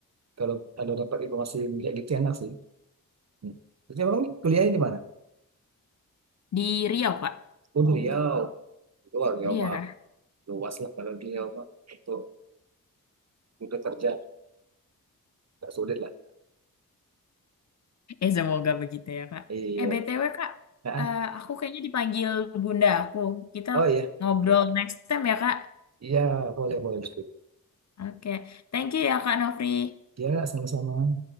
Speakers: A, on the right; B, on the left.
A: kalau kalau dapat informasi kayak gitu enak sih. Hmm. Jadi emang kuliahnya di mana?
B: Di Riau, Kak.
A: Oh, di Riau. Oh, Riau
B: Iya.
A: mah luas lah kalau di Riau mah untuk untuk kerja nggak sulit lah.
B: Eh, semoga begitu ya, Kak.
A: Iya.
B: Eh, BTW, Kak.
A: Ah,
B: eh, aku kayaknya dipanggil bunda aku. Kita
A: Oh iya.
B: ngobrol
A: Oke.
B: next time ya, Kak.
A: Iya, boleh boleh.
B: Oke. Thank you ya, Kak Nofri.
A: Ya, sama-sama.